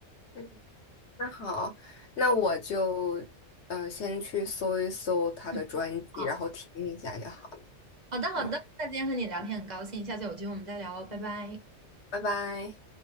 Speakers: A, on the left (about 65°); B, on the right (about 40°).
A: 嗯，那好，那我就呃先去搜一搜他的专辑，
B: 嗯，好
A: 然后听一下就好了
B: 好的好的，
A: 嗯，
B: 那今天和你聊天很高兴，下次有机会我们再聊哦，拜拜。
A: 拜拜。